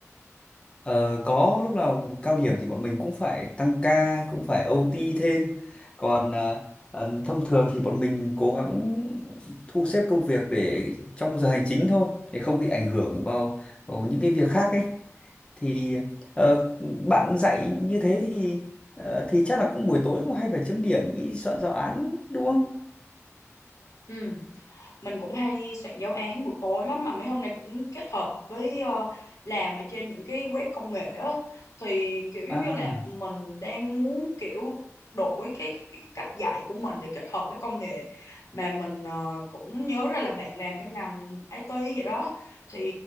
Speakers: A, on the left; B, on the left.
A: Ờ, có lúc nào cao điểm thì bọn mình cũng phải tăng ca cũng phải OT thêm còn ờ, ờ, thông thường thì bọn mình cố gắng thu xếp công việc để trong giờ hành chính thôi để không bị ảnh hưởng vào, vào những cái việc khác ấy thì ờ, bạn dạy như thế thì ờ, thì chắc là cũng buổi tối cũng hay phải chấm điểm ý soạn giáo án đúng không?
B: ừ mình cũng hay soạn giáo án buổi tối lắm mà mấy hôm nay cũng kết hợp với ờ, làm ở trên những cái web công nghệ á thì kiểu
A: À
B: giống như là mình đang muốn kiểu đổi cái, cái cách dạy của mình để kết hợp với công nghệ mà mình ờ, cũng nhớ ra là bạn làm trong ngành IT vậy đó thì